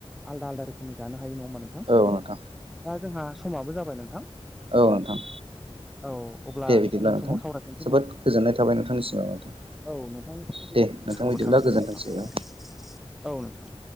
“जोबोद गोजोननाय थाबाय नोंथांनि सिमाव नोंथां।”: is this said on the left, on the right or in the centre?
Right